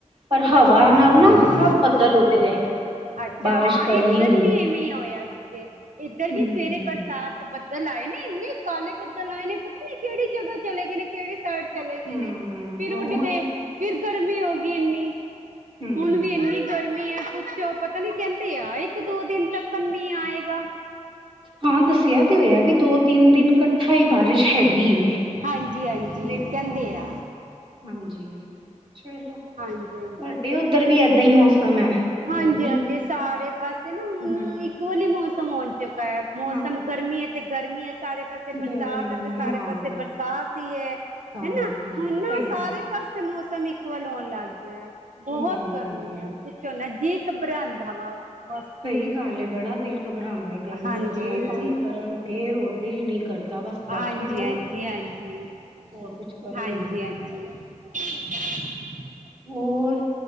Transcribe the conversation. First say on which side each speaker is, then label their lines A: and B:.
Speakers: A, on the right; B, on the right.
A: ਪਰ ਹਵਾ
B: ਅੱਛਾ
A: ਨਾਲ
B: ਜੀ
A: ਨਾ ਸਭ ਬੱਦਲ ਉੱਡ ਗਏ।
B: ਅੱਛਾ
A: ਬਾਰਿਸ਼
B: ਹਾਂ,
A: ਪਈ
B: ਇੱਧਰ
A: ਨੀ
B: ਵੀ ਇਵੇਂ ਹੋਇਆ ਸੀਗੇ, ਇੱਧਰ
A: ਹੂੰ
B: ਵੀ ਸਵੇਰੇ ਬਰਸਾਤ ਬੱਦਲ ਆਏ ਨੇ, ਇੰਨੇ ਕਾਲੇ ਬੱਦਲ ਆਏ ਨੇ, ਪਤਾ ਨੀ ਕਿਹੜੀ ਜਗ੍ਹਾ ਚਲੇ ਗਏ ਨੇ। ਕਿਹੜੀ ਸਾਈਡ ਚਲੇ ਗਏ
A: ਹੂੰ
B: ਨੇ? ਫੇਰ ਉੱਡ
A: ਉਹੀ
B: ਗਏ, ਫਿਰ ਗਰਮੀ ਹੋ ਗਈ ਇੰਨੀ,
A: ਹੂੰ
B: ਹੁਣ ਵੀ ਇੰਨੀ ਗਰਮੀ ਹੈ, ਪੁੱਛੋ ਪਤਾ ਨੀ ਕਹਿੰਦੇ ਆ ਇੱਕ ਦੋ ਦਿਨ ਤੱਕ ਮੀਹ ਆਏਗਾ।
A: ਹਾਂ ਦੱਸਿਆ ਤੇ ਹੋਇਆ ਵੀ ਦੋ ਤਿੰਨ ਦਿਨ ਇਕੱਠਾ ਹੀ ਬਾਰਿਸ਼ ਹੈਗੀ ਏ।
B: ਹਾਂਜੀ- ਹਾਂਜੀ
A: ਦੇਖੋ
B: ਕਹਿੰਦੇ ਆ।
A: ਹਾਂਜੀ, ਚਲੋ ਤੁਹਾਡੇ
B: ਹਾਂਜੀ ਹਾਂਜੀ
A: ਉਧਰ ਵੀ ਏਦਾਂ ਹੀ ਮੌਸਮ ਹੈ?
B: ਹਾਂਜੀ
A: ਗਰਮੀ
B: -ਹਾਂਜੀ ਸਾਰੇ ਪਾਸੇ ਨਾ ਹੁਣ
A: ਹਾਂ
B: ਇੱਕੋ ਹੀ ਮੌਸਮ ਆਉਣ ਚ ਮੌਸਮ
A: ਹਾਂ
B: ਗਰਮੀ ਹੈ ਤੇ ਗਰਮੀ ਹੈ ਸਾਰੇ ਪਾਸੇ ਤੇ ਬਰਸਾਤ
A: ਗਰਮੀ
B: ਹੈ ਤੇ ਸਾਰੇ
A: ਹਾਂ
B: ਪਾਸੇ ਬਰਸਾਤ ਹੀ ਹੈ,
A: ਹਾਂ
B: ਹਨਾ
A: ਸਹੀ
B: ਹੁ ਨਾ ਸਾਰੇ
A: ਗੱਲ
B: ਪਾਸੇ ੇ ਮ ਮੌਸਮ ਇਕੁਵਲ ਹੋਣ ਲਗ ਗਿਆ, ਬਹੁਤ
A: ਹੂੰ
B: ਗਰਮੀ ਹੈ ਝੋ ਨਾ ਜੀਅ ਘਬਰਾਉਂਦਾ ਵਾ ਬਸ।
A: ਸਹੀ ਗਲ ਏ, ਬੜਾ ਦਿਲ ਘਬਰਾਉਂਦਾ ਹੈ, ਗਰਮੀ
B: ਹਾਂਜੀ
A: ਤੇ
B: ਹਾਂਜੀ
A: ਕੰਮ ਕਰਨ ਤੇ ਰੋ ਦਿਲ ਨਹੀਂ ਕਰਦਾ। ਬਸ ਬੈਠੇ
B: ਹਾਂਜੀ
A: ਰਹੋ
B: -ਹਾਂਜੀ- ਹਾਂਜੀ
A: ਹੋਰ ਕੁਛ ਕਰੋ
B: -ਹਾਂਜੀ
A: ਹੀ ਨਾ
B: ਹਾਂਜੀ! <unintelligible>
A: ਹੋਰ